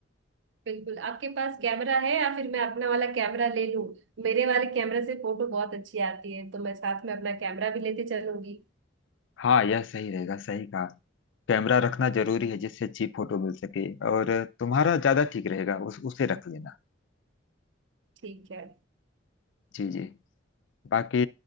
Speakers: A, on the right; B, on the left.
A: बिल्कुल आपके पास कैमरा है या फिर मैं अपना वाला कैमरा ले लूं मेरे वाले कैमरे से फोटो बहुत अच्छी आती है तो मैं साथ में अपना कैमरा भी लेते चलूंगी
B: हाँ यह सही रहेगा सही कहा कैमरा रखना जरूरी है जिससे अच्छी फोटो मिल सके और तुम्हारा ज्यादा ठीक रहेगा उस उसे रख लेना
A: ठीक है
B: जी जी बाकी